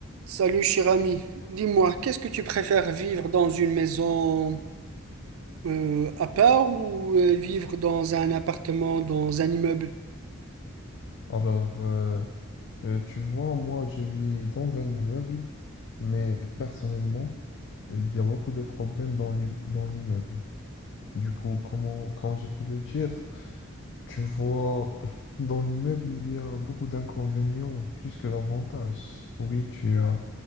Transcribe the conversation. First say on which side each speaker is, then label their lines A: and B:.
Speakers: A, on the right; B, on the left.
A: Salut cher ami, dis-moi, qu'est-ce que tu préfères vivre dans une maison euh, à part ou euh, vivre dans un appartement, dans un immeuble?
B: Alors, euh, euh, tu vois, moi, je vis dans un immeuble, mais personnellement, euh, il y a beaucoup de problèmes dans l'im- dans l'immeuble. Du coup, comment, quand je peux le dire, tu vois, <laughs> dans l'immeuble, il y a beaucoup d'inconvénients plus que d'avantages. Oui, tu as,